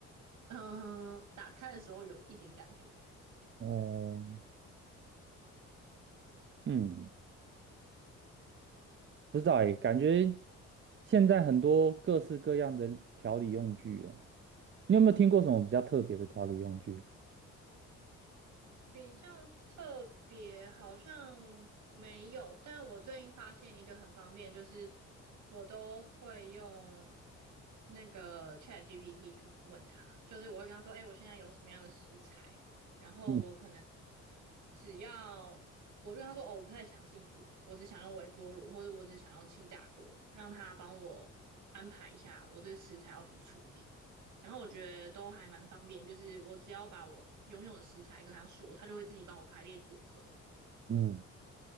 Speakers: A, on the right (about 75°); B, on the right (about 40°).
A: 嗯、呃打开的时候有一点感觉，
B: 哦，嗯，不知道诶，感觉现在很多各式各样的调理用具啊，你有没有听过什么比较特别的调理用具？
A: 比较特别好像没有，但我最近发现一个很方便，就是我都会用那个 ChatGPT 去问他，就是我会跟他说，哎、我现在有什么样的食材，然后我可能
B: 嗯
A: 只要我就跟他说，哦，我不太想自己煮，我只想用微波炉，或者我只想要气炸锅，让他帮我安排一下我这个食材要怎么处理。然后我觉得都还蛮方便，就是我只要把我拥有的食材跟他说，他就会自己帮我排列组合。
B: 嗯